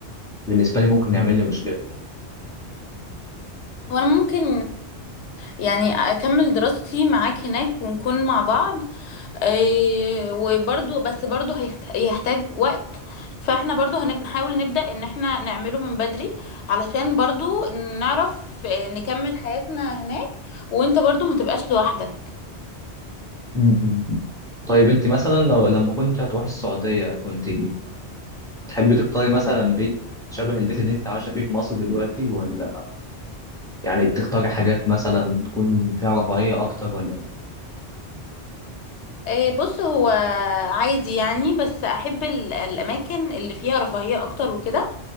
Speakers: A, in the centre; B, on the left.
A: فبالنسبه لي ممكن يعمل لي مشكله
B: وأنا ممكن يعني أكمل دراستي معاك هناك ونكون مع بعض إيه، وبرضو بس برضو هيحت- هيحتاج وقت فاحنا برضو هنحاول نبدأ ان احنا نعمله من بدري علشان برضو نعرف آه، نكمل حياتنا هناك وانت برضو ما تبقاش لوحدك
A: م-م. طيب انت مثلا لو لما كنت هتروحي السعوديه كنت تحبي تختاري مثلا بيت شبه البيت اللي انت عايشه فيه في مصر دلوقتي ولا يعني بتختاري حاجات مثلا تكون فيها رفاهية أكتر ولا إيه؟
B: آه، بص هو عايز يعني بس احب ال- الاماكن اللي فيها رفاهية اكتر وكده